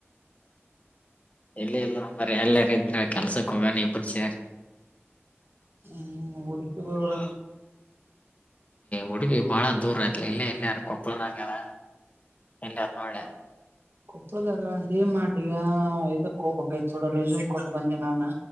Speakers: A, on the left; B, on the right.
A: ಎಲ್ಲಿಲ್ಲ ಅ್ರ ಎಲ್ಲ ಕೆಲಸಕ್ಕ ಹಗೆ ಎಪರು ಸರಿ
B: ಹ್ಮ್ ಹುಡುಕಿಗ್ ಹೋಗೋಣ
A: ಹ ಉಡುಗಿ ಬಹಳ ದೂರ ಆಯತ್ಲ ಇಲ್ಲೇ ಇಲ್ಲಾರ ಕೊಪ್ಪಳದಾಗ್ಯಾರ ಎಲ್ಲಾರ ನೋಡ
B: ಗ ಒಪ್ಪಳದಾಗ ಡಿ ಆಿಗ ಇದಕ್ ಹೋಗ್ಬೇಕಡ ರೆಸ್ಯೂಮ್ ಕೊಟ್ಟು ಬಂದೆ ನಾನು